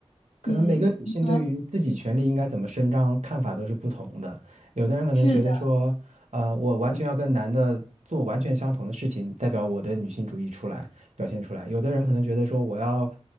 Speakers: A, on the right; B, on the left.
A: 可能每个女性对于自己权利应该怎么伸张看法都是不同的。
B: 嗯，你说
A: 有的人可能觉得说，
B: 是的，
A: 呃，我完全要跟男的做完全相同的事情，代表我的女性主义出来，表现出来。有的人可能觉得说，我要，